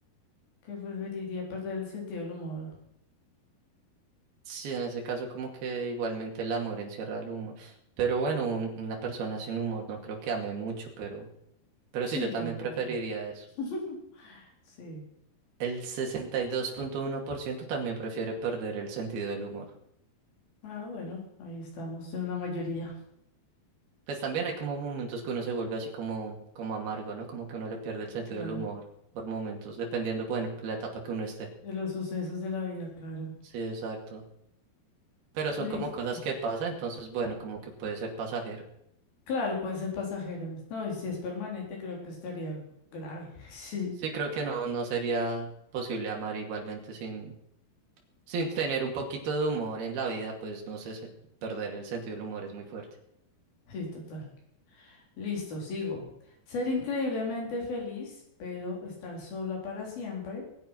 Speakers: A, on the left; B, on the right.
A: que preferiría perder el sentido del humor.
B: Sí, en ese caso como que igualmente el amor encierra el humor. Pero bueno, un- una persona sin humor no creo que ame mucho, pero... Pero
A: Sí,
B: sí, yo también
A: tampoco.
B: preferiría eso.
A: <laughs> Sí.
B: El sesenta y dos punto uno por ciento también prefiere perder el sentido del humor.
A: Ah, bueno, ahí estamos en la mayoría.
B: Pues también hay como momentos que uno se vuelve así como, como amargo, ¿no? Como que uno le pierde el sentido
A: Sí, claro.
B: del humor por momentos, dependiendo, bueno, la etapa que uno esté.
A: De los sucesos de la vida, claro.
B: Sí, exacto. Pero son
A: Listo.
B: como cosas que pasan, entonces, bueno, como que puede ser pasajero.
A: Claro, puede ser pasajero. No, y si es permanente, creo que estaría grave. <laughs> Sí,
B: Sí, creo que no, no sería posible amar igualmente sin, sin tener un poquito de humor en la vida, pues no sé, se- perder el sentido del humor es muy fuerte.
A: sí, total. Listo, sigo. Ser increíblemente feliz, pero estar sola para siempre.